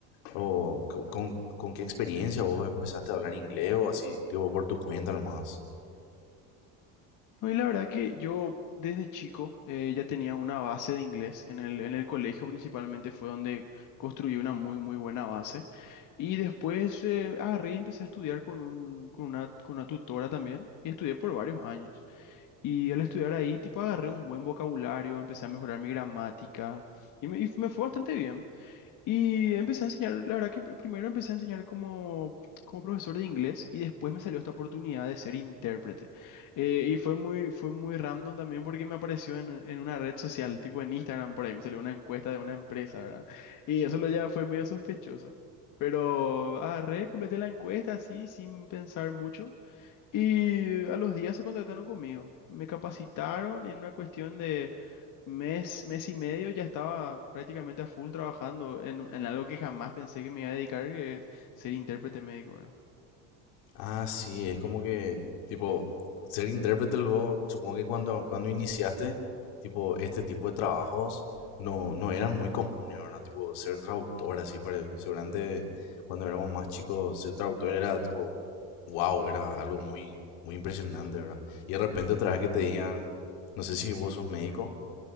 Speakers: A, on the left; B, on the left.
A: ¿O co- con, con qué experiencia vos empezaste a hablar inglés o así, tipo, por tu cuenta nomás?
B: No, y la verdad que yo desde chico eh, ya tenía una base de inglés. En el, en el colegio principalmente fue donde construí una muy, muy buena base. Y después eh, agarré y empecé a estudiar con un, con una, con una tutora también. Y estudié por varios años. Y al estudiar ahí, tipo, agarré un buen vocabulario, empecé a mejorar mi gramática. Y me, y me fue bastante bien. Y empecé a enseñar, la verdad que pr- primero empecé a enseñar como, como profesor de inglés y después me salió esta oportunidad de ser intérprete. Eh, y fue muy, fue muy random también porque me apareció en, en una red social, tipo en Instagram, por ahí me salió una encuesta de una empresa, ¿verdad? Y eso lo ya fue medio sospechoso. Pero agarré, completé la encuesta así, sin pensar mucho. Y a los días se contactaron conmigo. Me capacitaron en una cuestión mes, mes y medio ya estaba prácticamente a full trabajando en, en algo que jamás pensé que me iba a dedicar, que es ser intérprete médico, ¿verdad?
A: Ah, sí, es como que, tipo, ser intérprete luego, supongo que cuando, cuando iniciaste, tipo, este tipo de trabajos no, no eran muy comunes, ¿verdad? Tipo, ser traductor, así, pare- seguramente cuando éramos más chicos, ser traductor era, tipo, wow, era algo muy, muy impresionante, ¿verdad? Y de repente otra vez que te digan, no sé si vos sos médico,